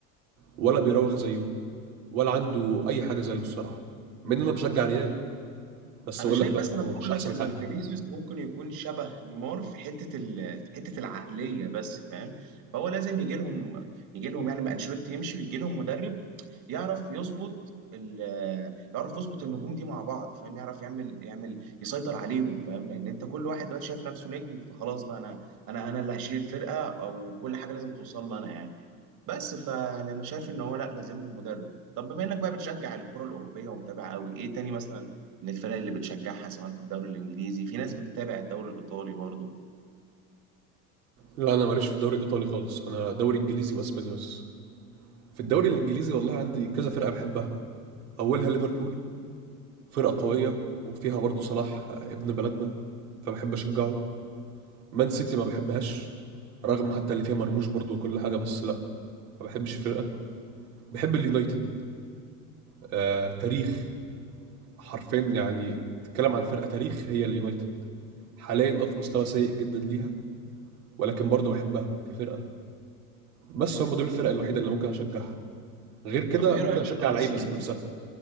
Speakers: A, on the right; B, on the right.
A: ولا بيراوغ زيه ولا عنده اي حاجه زيه الصراحه مع ان انا بشجع ريال بس
B: انا
A: اقول
B: شايف
A: لك لا
B: بس انا
A: هو
B: بقول
A: مش احسن
B: لك ان
A: حاجه
B: فينيسيوس ممكن يكون شبه نيمار في حته ال... في حته العقليه بس فاهم فهو لازم يجي لهم يجي لهم يعني ما انشيلوتي يمشي ويجي لهم مدرب يعرف يظبط ال... يعرف يظبط النجوم دي مع بعض فاهم يعرف يعمل يعمل يسيطر عليهم فاهم لان انت كل واحد دلوقتي شايف نفسه نجم فخلاص بقى انا انا انا اللي هشيل الفرقه او كل حاجه لازم توصل لي انا يعني بس فيعني انا شايف ان هو لا لازمهم مدرب طب بما انك بقى بتشجع الكرة الأوروبية ومتابع قوي ايه تاني مثلا من الفرق اللي بتشجعها سواء في الدوري الإنجليزي في ناس بتتابع الدوري الإيطالي برضو
A: لا انا ماليش في الدوري الايطالي خالص انا دوري انجليزي واسباني بس في الدوري الانجليزي والله عندي كذا فرقه بحبها اولها ليفربول فرقه قويه وفيها برضو صلاح ابن بلدنا فبحب اشجعه مان سيتي ما بحبهاش رغم حتى اللي فيها مرموش برضو وكل حاجه بس لا ما بحبش الفرقه بحب اليونايتد آه تاريخ حرفيا يعني تتكلم عن فرقه تاريخ هي اليونايتد حاليا اه في مستوى سيء جدا ليها ولكن برضه بحبها كفرقه بس هم دول الفرق الوحيده اللي ممكن اشجعها غير كده
B: طب ايه
A: ممكن
B: رأيك
A: اشجع
B: في الأرسنال
A: لعيبه ذات نفسها